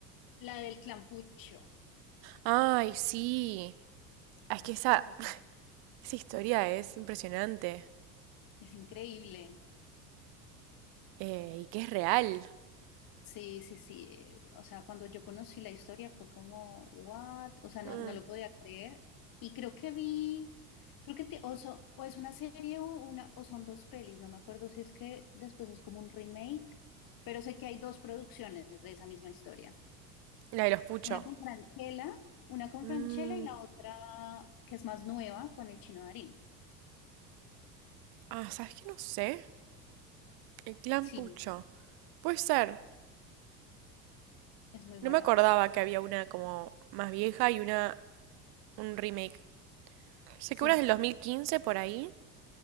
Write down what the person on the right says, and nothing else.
Ay, sí. Es
que esa,
<laughs> esa historia es impresionante.
eh, y que es real.
Mm,
La de los Pucho.
Mm,
Ah, ¿sabes qué? No sé. El clan
Pucho. Puede ser.
No me acordaba que había una como más vieja y una un remake. Sé
que una es del 2015 por ahí.